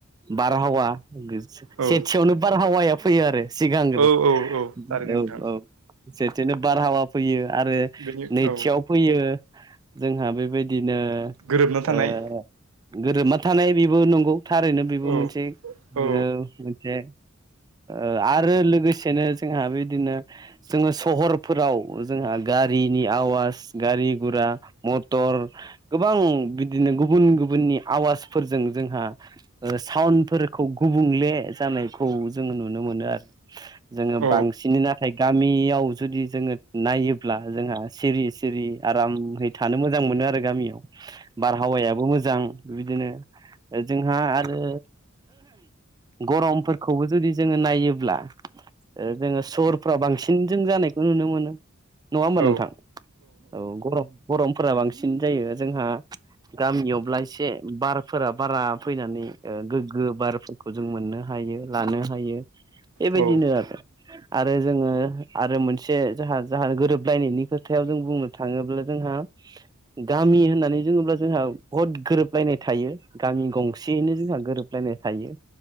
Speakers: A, on the right; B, on the right.
A: बारहावा
B: औ
A: सेथियावनो बारहावाया फैयो आरो सिगांग्रो
B: औ औ औ थारैनो
A: औ
B: नोंथां
A: औ बिदिनो बारहावा फैयो आरो
B: बेनि
A: नैथियाव
B: औ
A: फैयो जोंहा बेबायदि बिनो
B: गोरोबना थानाय
A: गोरोबा थानाय बेबो नंगौ थारैनो बेबो
B: औ
A: मोनसे
B: औ
A: ग मोनसे आरो लोगोसेनो जोंहा बिदिनो जोङो सहरफोराव जोंहा गारिनि आवाज गारि गुरा मटर गोबां बिदिनो गुबुन गुबुननि आवाज फोर जोंहा साफोरखौ गुबुंले जानायखौ जोङो नु मोन नुनो मोनो आरो जोङो
B: औ
A: बांसिनै नाथाय गामियाव जुदि जोङो नायोब्ला जो सिरि सिरि आरामै थानो मोजां मोनो आरो गामियाव बारहावायाबो मोजां बिदिनो जोंहा आरो गरमफोरखौबो जुदि जोङो नायोब्ला ओ जोङो सहरफ्राव बांसिन जों जानायखौ नुनो मोनो नङा होम्बा
B: औ
A: नोंथां। औ गरम गरमफोरा बांसिन जायो जोंहा गामियावब्ला एसे बारफोर बारा फैनानै गोग्गो बारफोरखौ जों मोननो हायो लानो हायो। बेबायदिनो
B: औ
A: आरो। आरो जोङो आरो मोनसे जोंहा जोंहा गोरोबलायनायनि खोथायाव जों बुंनो थाङोब्ला जोंहा गामि होननानै बुङोब्ला जोंहा बहुद गोरोबलायनाय थायो गामि गंसेयैनो जोंहा गोरोबलायनाय थायो